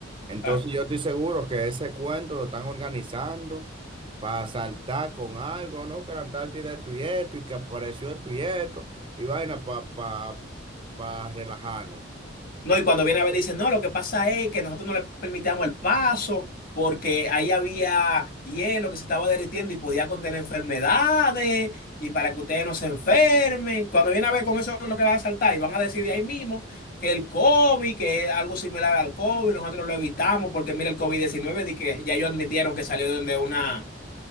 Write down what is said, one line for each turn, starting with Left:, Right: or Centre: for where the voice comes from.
Right: Entonces
Left: Claro.
Right: yo estoy seguro que ese cuento lo están organizando para saltar con algo, ¿no? Que la Antártida esto y esto, y que apareció esto y esto, y vaina para pa, pa pa relajarnos.
Left: No, y cuando viene a ver, dicen, no, lo que pasa es que nosotros no le permitíamos el paso porque ahí había hielo que se estaba derritiendo y podía contener enfermedades y para que ustedes no se enfermen. Cuando viene a ver con eso es lo que va a saltar y van a decir de ahí mismo que el COVID, que es algo similar al COVID, nosotros lo evitamos porque mira el covid diecinueve di que ya ellos admitieron que salió de una